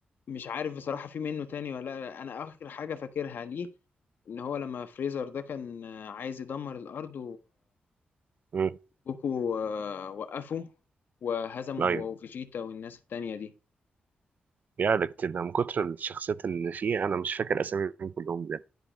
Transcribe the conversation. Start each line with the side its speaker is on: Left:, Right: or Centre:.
Left: مش عارف بصراحة في منه تاني ولا لأ. انا اخر حاجة فاكرها ليه ان هو لما فريزر ده كان آه، عايز يدمر الارض
Right: امم
Left: جوكو آه، وقفه وهزمه
Right: ايوه
Left: هو وفيجيتا والناس التانية دي
Right: يا ده كتير ده من كتر الشخصيات اللي فيه انا مش فاكر اساميهم كلهم بجد